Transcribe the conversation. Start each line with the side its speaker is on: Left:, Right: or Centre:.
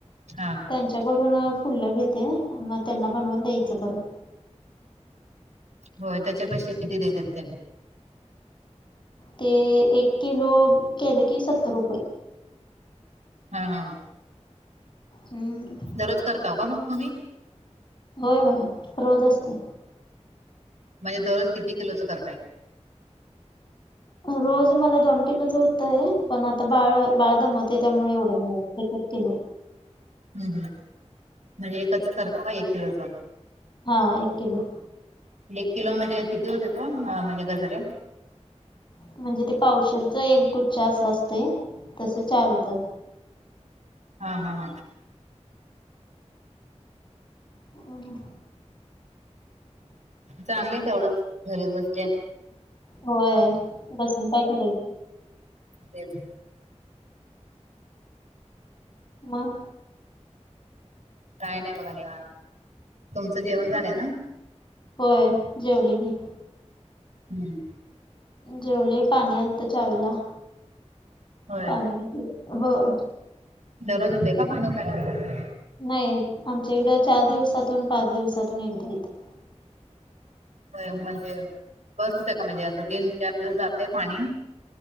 Right: हा
Left: त्यांच्याकडूंन फुलं घेते मंग त्यांनां बनवूंन द्यायचं परंत
Right: होयं त्यांचे पैसे किती देतेतं त्यां
Left: ते एक किलो केले की सत्तर रुपये
Right: हां हां
Left: हम्मं
Right: दररोज करतां हो कां मंग तुम्हीं
Left: होयं होयं रोज असतें
Right: म्हणजे दररोज किती किलोचं करतांय
Left: रोज मलां दोन किलोचं होतं आहे पणं आतां बाळं बाळं दमवते त्यांमुळें एवढं नाहीं वाट किलो
Right: हंम हंम म्हणजे एकचं करतो कां एक किलोचं
Left: हां एक किलो
Right: एक किलो मध्यें किती होते तो म्हणंजे गजरे
Left: म्हणजे ते पावशेरचां एक गुच्छां असां असतें तसें चार होतात
Right: हां हां हां
Left: हं
Right: चांगलं आहे तेवढं घरी बसल्यां
Left: होयं बसूंन कायं करायचं
Right: तेचं
Left: मंग
Right: कायं नायं बघां निवांत तुमचं जेवणं झालंय नां
Left: होयं जेवली मी
Right: हम्मं
Left: जेवले पाणी आलंत चावीलां
Right: होय
Left: पाणी भरलं
Right: दररोज येतेयं का पाणी नळांला
Left: नाहीं आमच्या इकडं चार दिवसांतून पांच दिवसांतून एकदां येतेयं
Right: हो म्हणजे बसं होते कां म्हणजे असं तीनं चार दिवसं अते पाणी